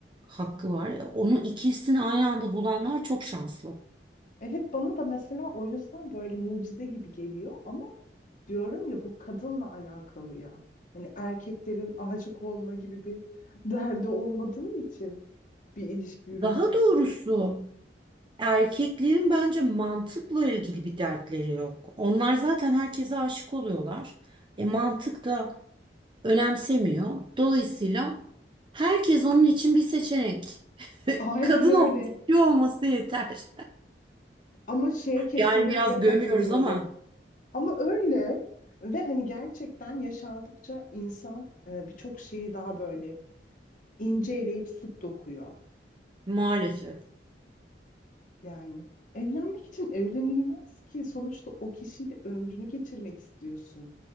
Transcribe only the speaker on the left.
Evet bana da mesela o yüzden böyle mucize gibi geliyor ama diyorum ya bu kadınla alakalı ya. Hani erkeklerin aşık olma gibi bir <laughs> derdi olmadığı için bir ilişki yürütmekten.
Aynen
öyle.
Ama şeye kesinlikle
katılıyorum.
Ama öyle ve hani gerçekten yaşandıkça insan e, birçok şeyi daha böyle inceleyip sık dokuyor.
Yani evlenmek için evlenilmez ki sonuçta o kişiyle ömrünü geçirmek istiyorsun.